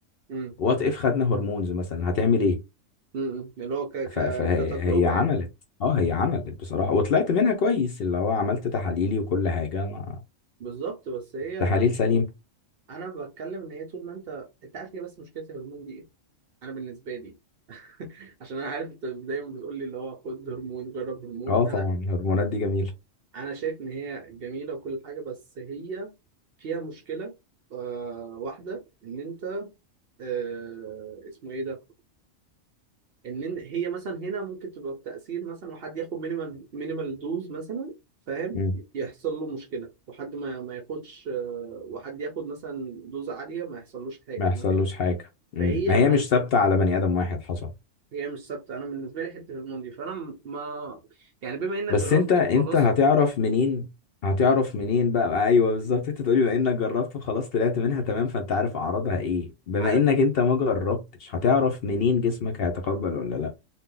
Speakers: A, on the right; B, on the left.
A: امم
B: وات اف خدنا هرمونز مثلا هتعمل ايه
A: امم اللي هو ك... ك...
B: ف... فهي
A: كتجربه
B: هي عملت
A: يعني
B: اه هي عملت بصراحة وطلعت منها كويس اللي هو عملت تحاليلي وكل حاجة ما...
A: بالظبط بس هي
B: تحاليل سليمة
A: انا بتكلم ان هي طول ما انت انت عارف هي بس مشكله الهرمون دي ايه انا بالنسبه لي عشان انا عارف انت دايما بتقول لي اللي هو خد هرمون جرب هرمون
B: اه طبعا
A: انا
B: الهرمونات دي جميلة
A: انا شايف ان هي جميله وكل حاجه بس هي فيها مشكله آه واحده ان انت آه اسمه ايه ده ان إن- هي مثلا هنا ممكن تبقى بتاثير مثلا وحد ياخد مينيمال مينيمال دوز مثلا فاهم
B: مم.
A: يحصل له مشكله وحد ما ما ياخدش آه وحد ياخد مثلا دوز عاليه ما يحصلوش حاجه
B: ما يحصلوش
A: ما في
B: حاجة مم.
A: فهي
B: ما هي
A: ما
B: مش ثابتة على بني آدم واحد حصل
A: هي مش ثابته انا بالنسبه لي حته الهرمون دي فانا ما يعني بما انك
B: بس
A: جربت
B: انت انت
A: وخلاص
B: هتعرف منين هتعرف
A: امم
B: منين بقى ايوه بالظبط انت تقولي بما انك جربت وخلاص طلعت منها تمام فانت عارف اعراضها ايه بما
A: عارف
B: انك انت ما جربتش هتعرف منين جسمك هيتقبل ولا لا